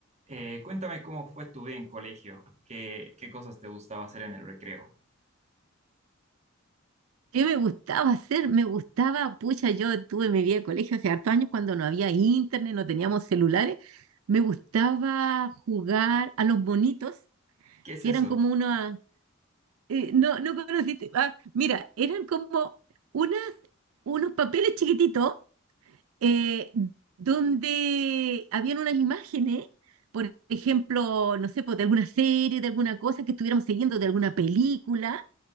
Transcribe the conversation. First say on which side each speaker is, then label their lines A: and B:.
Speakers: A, on the right; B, on the right.
A: Eh, cuéntame cómo fue tu vida en colegio, qué, qué cosas te gustaba hacer en el recreo.
B: ¿Qué me gustaba hacer? Me gustaba, pucha, yo tuve mi vida de colegio hace hartos años cuando no había internet, no teníamos celulares. Me gustaba jugar a los bonitos,
A: ¿Qué es
B: que
A: eso?
B: eran como una... eh, no, no conociste... ah, mira, eran como unas, unos papeles chiquititos eh, donde habían unas imágenes, por ejemplo, no sé, pues, de alguna serie, de alguna cosa que estuviéramos siguiendo, de alguna película